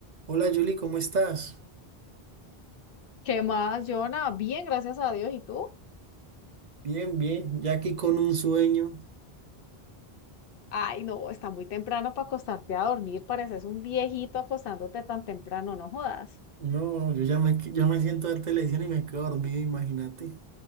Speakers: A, on the right; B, on the left.
A: Hola Julie, ¿cómo estás?
B: ¿Qué más, Jonah? Bien, gracias a Dios. ¿Y tú?
A: Bien, bien, ya aquí con un sueño.
B: Ay, no, está muy temprano para acostarte a dormir. Pareces un viejito acostándote tan temprano, no jodas.
A: No, yo ya me, qu- ya me siento a ver televisión y me quedo dormido, imagínate.